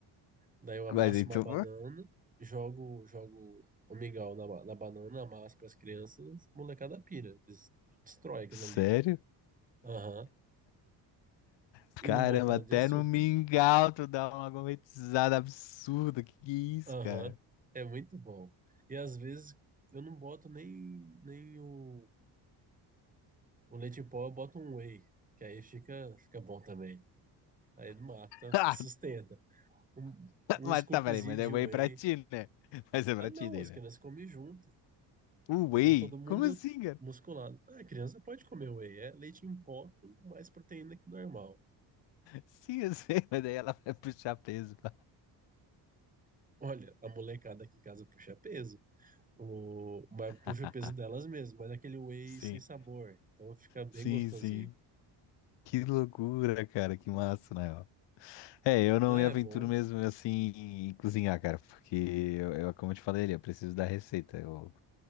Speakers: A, on the right; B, on the left.
A: Daí eu amasso
B: mas então.
A: uma banana, jogo, jogo o mingau na, ba- na banana, amasso para as crianças, molecada pira, des- destrói aquilo
B: Sério?
A: ali. Aham.
B: Caramba,
A: E não boto nada
B: até
A: de açúcar.
B: no mingau tu dá uma gourmetizada absurda. Que que é isso,
A: Aham.
B: cara?
A: É muito bom. E às vezes eu não boto nem, nem o, o leite em pó, eu boto um whey, que aí fica, fica bom também. Aí mata,
B: <laughs> Ah,
A: sustenta. Um,
B: tá,
A: um
B: mas
A: scoopzinho
B: tá, peraí, mas
A: de
B: é whey
A: whey.
B: pra ti, né? Mas é pra
A: Ah, não,
B: ti daí,
A: as
B: né?
A: crianças comem junto.
B: O
A: Deixar
B: whey?
A: todo mundo
B: Como assim, cara?
A: musculado. Ah, A criança pode comer whey, é leite em pó com mais proteína que o normal.
B: Sim, eu sei, <laughs> mas daí ela vai puxar peso.
A: Olha, a molecada aqui em casa puxa peso, o... mas puxa
B: <laughs>
A: o peso delas mesmas, mas é aquele whey
B: Sim,
A: sem sabor, então fica bem
B: sim,
A: gostosinho.
B: sim. Que loucura, cara, que massa, né? ó. É, eu não
A: Não,
B: me
A: é
B: aventuro
A: bom.
B: mesmo assim em cozinhar, cara, porque eu, eu, como eu te falei, ali, eu preciso da receita. Eu,